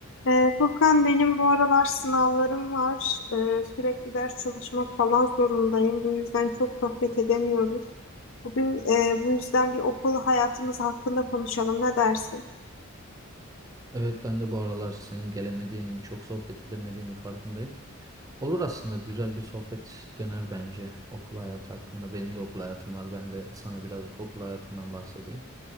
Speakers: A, on the left; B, on the right.
A: Ee, Furkan benim bu aralar sınavlarım var. Ee, sürekli ders çalışmak falan zorundayım. Bu yüzden çok sohbet edemiyoruz. Bugün e, bu yüzden bir okul hayatımız hakkında konuşalım. Ne dersin?
B: Evet ben de bu aralar senin gelemediğinin, çok sohbet edemediğinin farkındayım. Olur aslında güzel bir sohbet döner bence okul hayatı hakkında. Benim de okul hayatım var. Ben de sana birazcık okul hayatımdan bahsedeyim.